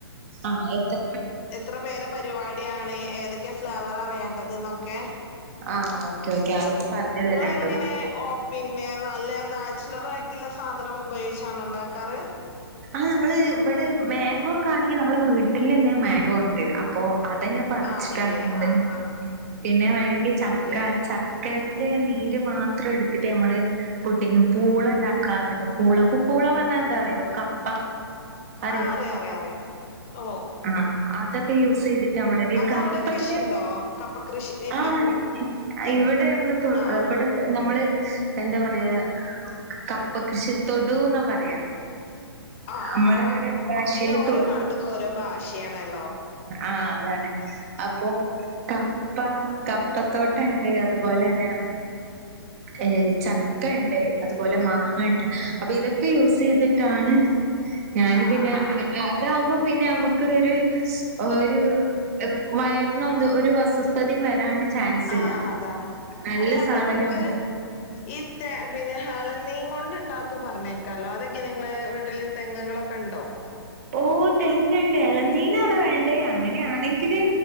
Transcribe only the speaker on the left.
എത്ര പേരെ പരിപാടിയാണ് ഏതൊക്കെ ഫ്ലേവറാ വേണ്ടത് ന്നൊക്കെ.
ഇങ്ങളെങ്ങനെ
ഓഹ് പിന്നെ നല്ല നാച്ചുറൽ ആയിട്ടുള്ള സാധനം ഉപയോഗിച്ചാണൊ ഉണ്ടാക്കാറ്?
ആണില്ലേ
ആഹ് ആഹ്
ആണില്ലേ
ആഹ് അറിയാ അറിയാ അറിയാ ഓഹ്
അതവിടെ
കൃഷിണ്ടോ കപ്പ കൃഷി ഇണ്ട്
പോ
ആഹ്
ആഹ്
ആഹ് ആഹ്.
അയിന് ഓരോ നാട്ട്ക്കും ഓരോ ഭാഷേണല്ലോ.
ആഹ്
ആഹ്
ആഹ്
അതാണ്.
അല്ല അപ്പൊ
ഇങ്ങക്ക് ഈ തേ പിന്നെ ഹെളനീൻ കൊണ്ട് ഇണ്ടാക്കും പറഞ്ഞേക്കാലോ അതൊക്കെനെ ഇങ്ങളെ വീട്ടില് തെങ്ങുകളൊക്കെണ്ടോ?